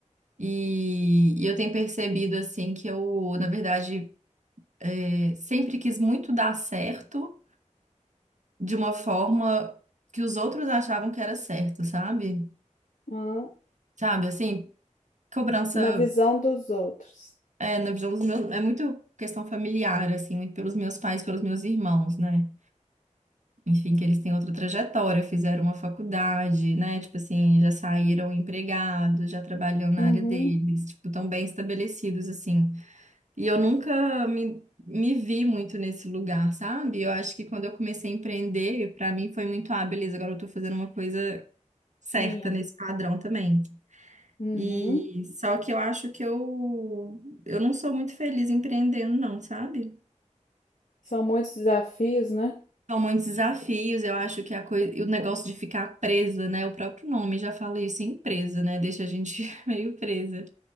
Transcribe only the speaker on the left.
Ah,
Na visão dos outros.
Uhum.
Minha.
Uhum.
São muitos desafios, né?